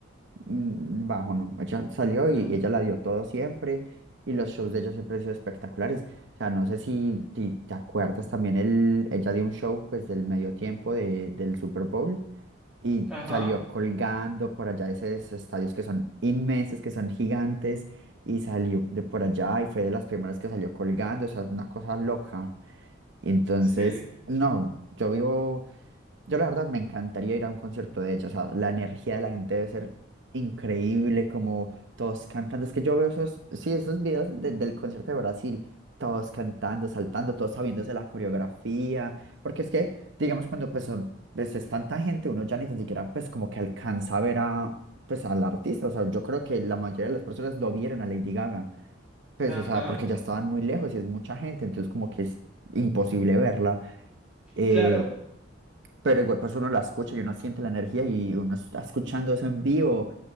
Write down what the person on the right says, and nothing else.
un bajo, ¿no? Ella salió
y, y ella la dio todo siempre y los shows de ella siempre han sido espectaculares. O sea, no sé si, si te acuerdas también, el, ella dio un show pues del medio tiempo de- del Super Bowl y
salió colgando por allá de esos estadios que son inmensos, que son gigantes y salió de por allá y fue de las primeras que salió colgando, o sea, una cosa loca. Y entonces,
no, yo vivo, yo la verdad me encantaría ir a un concierto de ella, o sea, la energía de la gente debe ser increíble, como todos cantando, es que yo veo esos, sí, esos videos de- del concierto de Brasil, todos cantando, saltando, todos sabiéndose la coreografía, porque es que, digamos, cuando pues son, pues es tanta gente, uno ya ni tan siquiera pues como que alcanza a ver a... Pues al artista, o sea, yo creo que la mayoría de las personas no vieron a Lady Gaga. Pues,
o sea, porque ya estaban muy lejos y es mucha gente, entonces como que es imposible verla. eh,
pero igual pues uno la escucha y uno siente la energía y uno está escuchando eso en vivo